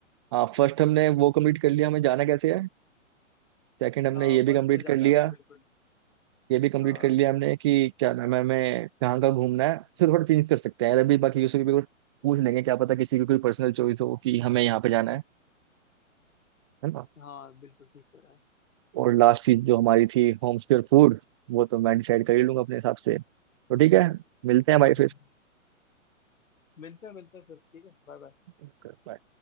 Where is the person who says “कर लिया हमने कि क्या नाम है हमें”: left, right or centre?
Right